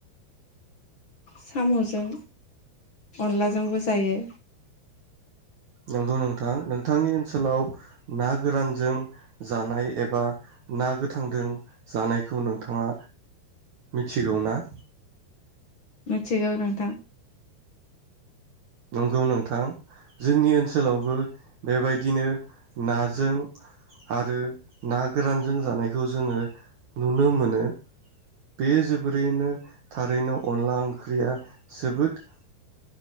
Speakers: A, on the left; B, on the right.
A: साम'जों अनलाजोंबो जायो।
B: नंगौ नोंथां नोंथांनि ओनसोलाव ना गोरानजों जानाय एबा ना गोथांजों जानायखौ नोंथाङा मिथिगौ ना
A: मिथिगौ नोंथां,
B: नंगौ नोंथां, जोंनि ओनसोलावबो बेबायदिनो नाजों आरो ना गोरानजों जानायखौ जोङो, नुनो मोनो बे जोबोरैनो थारैनो अनला ओंख्रिया जोबोद,